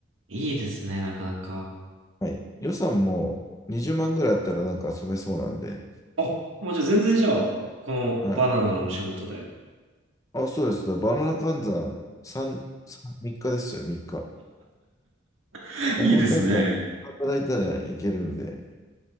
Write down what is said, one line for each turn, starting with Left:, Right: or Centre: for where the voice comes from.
Right: いいですね、なかなか。
Left: はい。予算も20万ぐらいあったらなんか遊べそうなんで、
Right: あ、もうじゃあ全然じゃあ、このバナナのお仕事で。
Left: はい。あ、そうです。だからバナナ換算3、3、3日ですよ、3日。
Right: <laughs>
Left: バナナ換算働いたらいけるんで、
Right: いいですね。